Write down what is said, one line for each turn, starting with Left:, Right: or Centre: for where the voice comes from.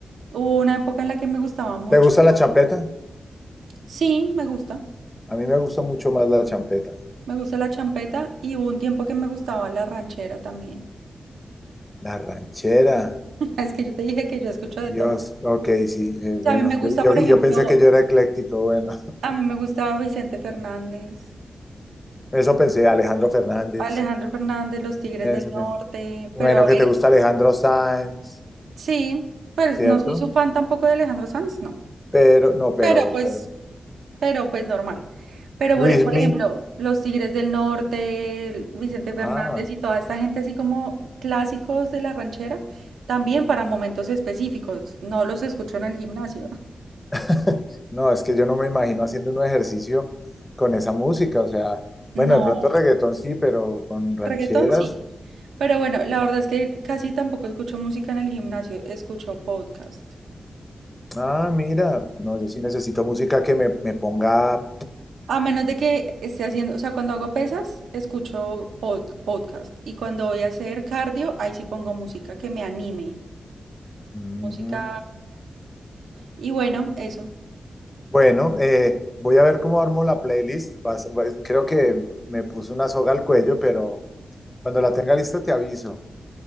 Right: hubo una época en la que me gustaba mucho.
Left: ¿Te gusta la champeta?
Right: Sí, me gusta.
Left: A mí me gusta mucho más la champeta.
Right: Me gusta la champeta y hubo un tiempo que me gustaba la ranchera también.
Left: La ranchera.
Right: <laughs> Es que yo te dije que yo escucho
Left: Dios,
Right: de todo.
Left: ok, sí, eh,
Right: O sea,
Left: bueno,
Right: a mí me gusta,
Left: yo, yo,
Right: por
Left: yo
Right: ejemplo,
Left: pensé que yo era ecléctico, bueno,
Right: a mí me gusta Vicente Fernández,
Left: eso pensé, Alejandro Fernández,
Right: Alejandro Fernández, Los Tigres
Left: eso
Right: del Norte,
Left: pensé. Me
Right: pero
Left: imagino
Right: a
Left: que
Right: ver,
Left: te gusta Alejandro Sanz,
Right: Sí, pues
Left: ¿cierto?
Right: no soy su fan tampoco de Alejandro Sanz, no.
Left: Pero, no, pero,
Right: Pero pues,
Left: pero,
Right: pero pues
Left: ok.
Right: normal. Pero
Left: Luismi,
Right: por, e- por ejemplo, los Tigres del Norte, el Vicente Fernández
Left: ah,
Right: y toda esta gente así como clásicos de la ranchera, también para momentos específicos. No los escucho en el gimnasio.
Left: <laughs> no, es que yo no me imagino haciendo un ejercicio con esa música, o sea,
Right: No,
Left: bueno, de pronto reggaetón sí, pero con rancheras,
Right: reggaetón sí. Pero bueno, la verdad es que casi tampoco escucho música en el gimnasio, escucho podcast.
Left: ah, mira, no, yo sí necesito música que me, me ponga,
Right: A menos de que esté haciendo, o sea, cuando hago pesas, escucho pod- podcast. Y cuando voy a hacer cardio, ahí sí pongo música que me anime.
Left: mm,
Right: Música. Y bueno, eso.
Left: bueno, eh, voy a ver cómo armo la playlist, Vas- vas- creo que me puse una soga al cuello, pero cuando la tenga lista te aviso.